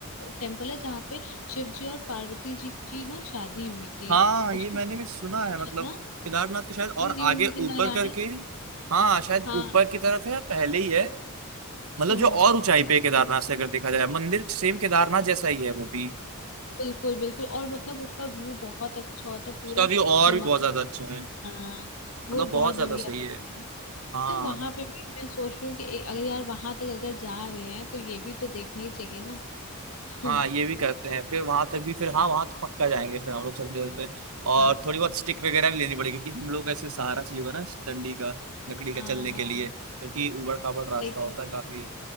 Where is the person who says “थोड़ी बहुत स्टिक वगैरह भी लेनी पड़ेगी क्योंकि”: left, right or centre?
Right